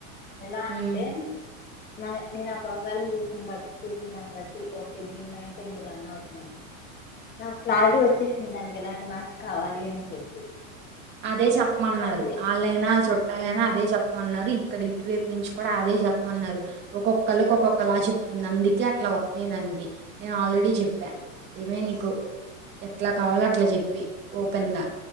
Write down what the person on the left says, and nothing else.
ఎలా
అంటే నాగ నేన్ ఆ ప్రొఫైల్ని చూసిన్ బట్ చూసిన్ దాన్ని బట్టి ఓకే దీని మైండ్ లో ఇన్ని రన్ అవుతున్నాయ్ నాకు క్లారిటి వచ్ ఇచ్చేసింది దానికెలాంటి మ్యాచ్ కావాలి అన్ చెప్పి
ఇంకా వాళ్ళు